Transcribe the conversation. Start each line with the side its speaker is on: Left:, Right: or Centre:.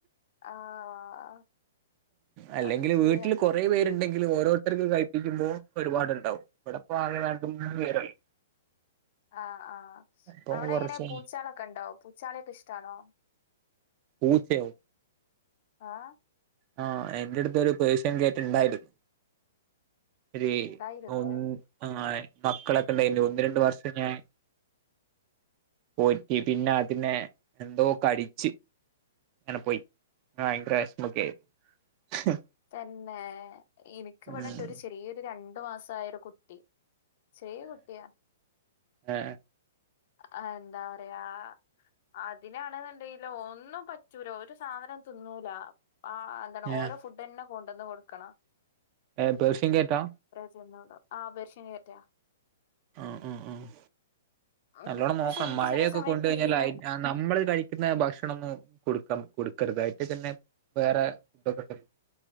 Left: ആഹ്
Right: അല്ലെങ്കില്
Left: അത് ശരിയാ
Right: വീട്ടില് കൊറെ പേര്ണ്ടെങ്കി ല് ഓരോര്ത്തര്ക്ക് കഴിപ്പിക്കുമ്പോ ഒരുപാട്ണ്ടാവും ഇവടെപ്പാകെ രണ്ട് മൂന്നാല് പേരല്ലേ
Left: ആഹ് ആഹ്
Right: അപ്പൊ
Left: അവടെ
Right: കുറച്ച്
Left: ങ്ങനെ പൂച്ചാളൊക്കെണ്ടോ പൂച്ചാളിക്കെഷ്ടാണോ?
Right: പൂച്ചയോ
Left: ആഹ്
Right: ആഹ് എൻ്റെട്ത്തൊര് പേഷ്യൻ കേറ്റുണ്ടായിരുന്നു. ഒരേ
Left: ഉണ്ടായിരുന്നു
Right: ഒൺ ആഹ് മക്കളൊക്കെണ്ടേര്ന്നു ഒന്ന് രണ്ട് വർഷം ഞാൻ പോറ്റി പിന്നെ അതിനെ എന്തോ കടിച്ച്. അങ്ങനെ പോയി ഭയങ്കര വെശ്മൊക്കെയി ഹും
Left: തന്നെ എനിക്ക് ഇവിടെയുണ്ട്
Right: ഉം
Left: ഒരു ചെറിയൊരു രണ്ട് മാസായ ഒരു കുട്ടി ചെറിയ കുട്ടിയാ
Right: ഏ
Left: ആഹ് എന്താ പറയാ അതിനാണെന്നുണ്ടെങ്കില് ഒന്നും പറ്റൂല ഒരു സാധനവും തിന്നൂല ആ എന്താണ്
Right: ഏഹ്
Left: ഓരോ ഫുഡ് തന്നെ കൊണ്ടുവന്ന് കൊടുക്കണം
Right: ഏ പേർഷ്യൻ ക്യാറ്റാ
Left: ചെന്നോളും ആ പേർഷ്യൻ ക്യാറ്റാ
Right: ആഹ് ആഹ് ആഹ്
Left: ഉം
Right: നല്ലോണം നോക്കണം
Left: പക്ഷെ എനിക്ക്
Right: മഴയൊക്കെ
Left: ചില സമയത്ത്
Right: കൊണ്ട് കഴിഞ്ഞാൽ
Left: തീരെ
Right: അയി നമ്മള് കഴിക്കുന്ന ഭക്ഷണം ഒന്നും കൊടുക്ക കൊടുക്കരുത് അയിട്ടിൽ തന്നെ വേറെ ഫുഡൊക്കെ ഉണ്ടല്ലോ